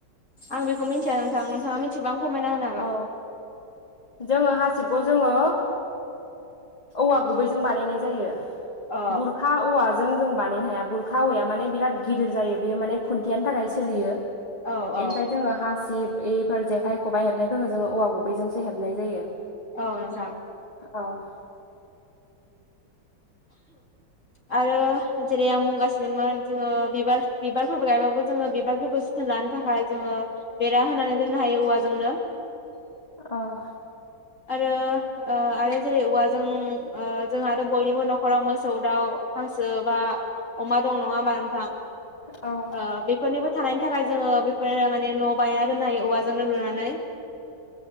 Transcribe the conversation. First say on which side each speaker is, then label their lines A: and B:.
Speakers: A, on the left; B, on the left.
A: आं बेखौ मिथिया नोंथां, नोंथाङा मिथिबा फोरमायना होनो हागोन
B: औ जोङो हासिबखौ जोङो औवा गुबैजों बानायनाय जायो,
A: अ
B: बुरखा औवाजो जों जों बानायनो हाया बुरखा औवाया माने बिराद गिदिर जायो बेयो माने खुन्थियानि थाखाय सोलियो ।
A: औ औ
B: एनिफाय जोङो हासिब, बेफोर जेखाइ खबाइ हेबनायफोरखौ जोङो औवा गुबैजोंसो हेबनाय जायो।
A: औ नोंथां ।
B: औ ।
A: आरो जेरै आं बुंगासिनोमोन जोङो बिबार बिबारफोरबो गायबाबो जोङो बिबारफोरखौ जोथोन लानो थाखाय जोङो बेरा होनानै दोननो हायो औवाजोंनो ।
B: ओ ।
A: आरो ओ आरो जेरै औवाजों ओ जोंहाथ' बयनिबो न'खराव मोसौ दाउ हांसो बा अमा दं नङा होम्बा नोंथां
B: औ
A: ओ बेफोरनिबो थानायनि थाखाय जोङो बेफोरो माने न' बानायना दोननाय औवाजोंनो लुनानै <inaudible>